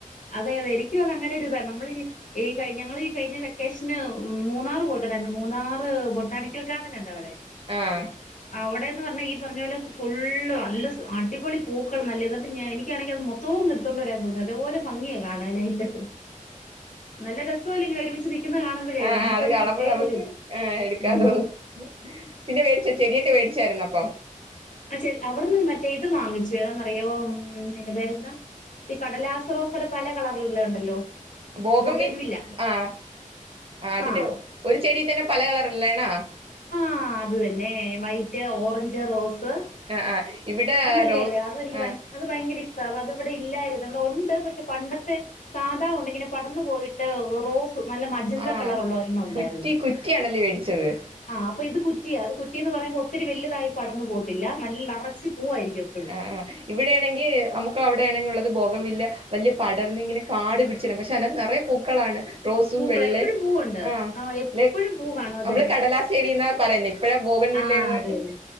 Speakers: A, on the left; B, on the right.
A: അതെ അതെ എനിക്കും അത് അങ്ങനെ ഒരുരി ഇതാ നമ്മളി ഈ കഴിഞ്ഞ ഞങ്ങളി കഴിഞ്ഞ വെക്കേഷന് മൂന്നാറ് പോയിട്ടുണ്ടായിരുന്നു മൂന്നാറ് ബൊട്ടാണിക്കൽ ഗാർഡൻ ഇണ്ട് അവിടെ
B: ആഹ്
A: അവിടെന്ന് പറഞ്ഞാൽ ഈ പറഞ്ഞ പോലെ ഫുള്ള് നല്ല അടിപൊളി പൂക്കൾ നല്ലത് എന്നിട്ട് എനിക്കാണെങ്കിൽ അത് മൊത്തവും കി ഇട്ത്ത് കൊണ്ട് വരാൻ തോന്നി അതേപോലെ ഭംഗിയാ കാണാനായിട്ട് നല്ല രസവല്ല ഇങ്ങനെ ഒരുമിച്ച് നിക്കുന്നത് കാണുമ്പോഴേ
B: ആഹ്
A: നമുക്കൊരു
B: ആഹ് അത് കാണുമ്പോ
A: പ്രത്യേക
B: നമുക്ക്
A: ഒരിതാ
B: ആഹ് എടുക്കാൻ
A: ഉ
B: തോന്നും പിന്നെ മേടിച്ച ചെടിയൊക്കെ മേടിച്ചായിന്നു അപ്പൊ
A: ആ ചെ അവിടുന്ന് മറ്റേ ഇത് വാങ്ങിച്ചു ഏതാെന്നറിയോ ഉം <unintelligible> പേരെന്താ ഈ കടലാസറോസേടെ പല കളറിലുള്ള ഉണ്ടല്ലോ
B: ബൗഗൻവില്ല
A: ബൊഗേൻ വില്ല
B: ആ ആ അതിന്റെ
A: ആഹ്
B: ഒരു ചെടിൽ തന്നെ പല കളറല്ലെടാ
A: ആ അത് തന്നെ വൈറ്റ് ഓറഞ്ച് റോസ്
B: ആ ആ ഇവിടെ
A: അത് നല്ലല്ലേ
B: റോസ്
A: അത എനിക്ക്
B: ആ
A: അത് ഭയങ്കര ഇഷ്ടം അത് ഇവിടെ ഇല്ലായിരുന്നു നമ്മടെ ഉണ്ട് പക്ഷെ പണ്ടത്തെ സാധാവുണ്ട് ഇങ്ങനെ പടന്നു പോയിട്ട് റോസ് നല്ല മജന്ത
B: ആ
A: കളർ <unintelligible> ഉണ്ടായിരുന്നു
B: കുറ്റി കുറ്റിയാണല്ലേ മേടിച്ചത്
A: അപ്പൊ ഇത് കുറ്റിയാണ് അത് കുറ്റിന്ന് പറയുമ്പോൾ ഒത്തിരി വലുതായി പടന്നു പോകത്തില്ല നല്ല പൂവായിരിക്കും എപ്പഴും
B: ആ ആ് ഇവിടെയാണെങ്കിൽ നമുക്ക് അവിടെ ആണെങ്കിൽ ഉള്ള ബൗഗൻവില്ല വലിയ പടർന്ന് ഇങ്ങനെ കാട് പിടിച്ചിണം പക്ഷെ അല്ല നിറയ പൂക്കളാണ് റോസും
A: പൂക്കള
B: വെള്ളെ
A: എപ്പഴും പൂവുണ്ട്
B: ആ
A: ആഹ എപ്പഴും
B: ല്ലെ
A: പൂ കാണോ അതെ
B: നമ്മള് കടലാസ് ചെടീന്നാ പറയുന്നെ ഇപ്പഴാ ബോഗൻ വില്ലേന്ന്
A: ആഹ് അതെല്ലെ